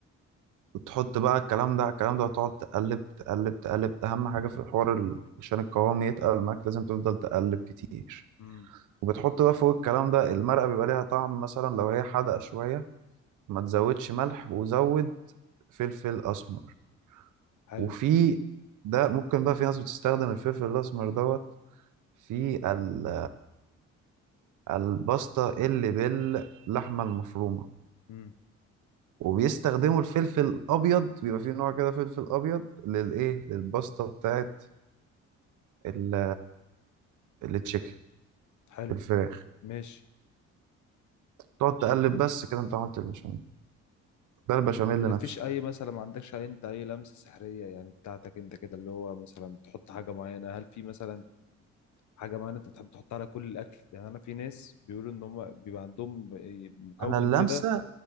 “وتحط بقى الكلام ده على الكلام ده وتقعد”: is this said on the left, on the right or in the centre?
Right